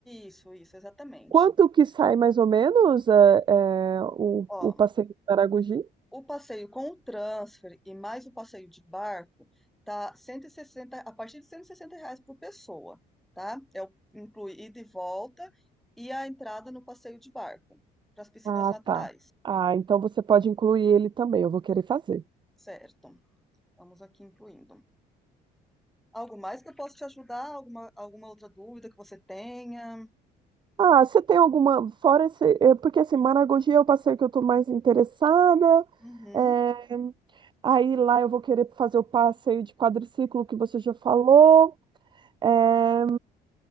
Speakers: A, in the centre; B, on the right (about 30°).
A: Isso, isso, exatamente.
B: Quanto que sai mais ou menos é, é, o,
A: Ó,
B: o passeio de Maragogi?
A: O passeio com o transfer e mais o passeio de barco tá 160, a partir de 160 reais por pessoa, tá? É o, inclui ida e volta e a entrada no passeio de barco, para as piscinas
B: Ah,
A: naturais,
B: tá. Ah, então você pode incluir ele também, eu vou querer fazer.
A: certo? Estamos aqui incluindo. Algo mais que eu posso te ajudar? Alguma, alguma outra dúvida que você tenha?
B: Ah, você tem alguma, fora esse, é, porque assim, Maragogi é o passeio que eu estou mais interessada,
A: Uhum.
B: é, aí lá eu vou querer fazer o passeio de quadriciclo que você já falou, é,